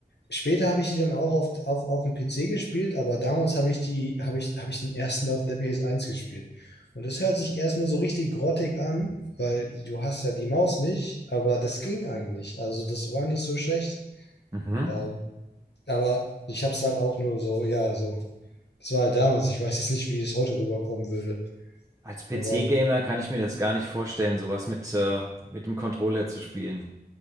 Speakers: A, on the left; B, on the right.
A: Später habe ich die dann auch auf, auf, auf dem PC gespielt, aber damals habe ich die, habe ich, habe ich den ersten auf der PS1 gespielt. Und das hört sich erstmal so richtig grottig an, weil du hast ja die Maus nicht, aber das ging eigentlich. Also das war nicht so schlecht.
B: Mhm.
A: Ähm, aber ich habe es halt auch nur so, ja, so. Das war halt damals. Ich weiß jetzt nicht, wie es heute rüberkommen würde.
B: Als PC-Gamer
A: Aber
B: kann ich mir das gar nicht vorstellen, sowas mit, äh, mit dem Controller zu spielen.